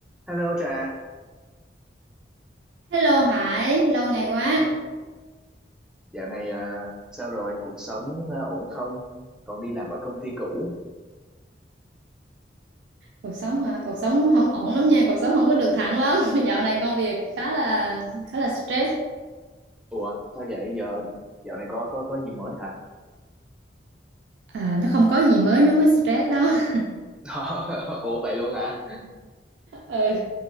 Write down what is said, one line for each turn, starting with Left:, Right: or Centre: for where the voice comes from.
Centre: Hello Trà,
Right: Hello Hải, lâu ngày quá.
Centre: Ừ, dạo này à, sao rồi? Cuộc sống à, ổn không? Còn đi làm ở công ty cũ?
Right: Cuộc sống hả? Cuộc sống không ổn lắm nha, cuộc sống không có được thẳng lắm. <laughs> Dạo này công việc khá là khá là stress.
Centre: Ủa, sao vậy? Giờ dạo này có có có gì mới hả?
Right: À, nó không có gì mới nó mới stress đó. <laughs>
Centre: <laughs> Ủa vậy luôn hả?
Right: Ừ.